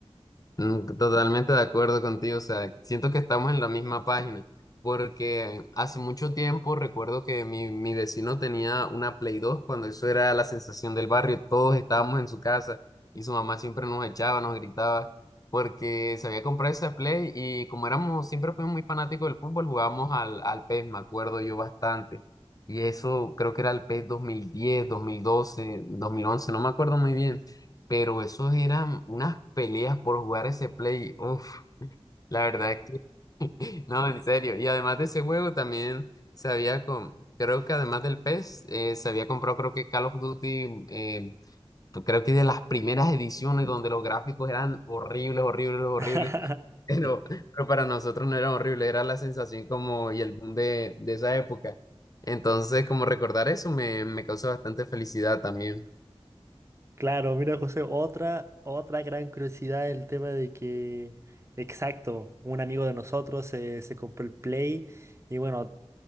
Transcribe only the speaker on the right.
<laughs>
Claro, mira, José, otra, otra gran curiosidad el tema de que, exacto, un amigo de nosotros se, se compró el Play y bueno,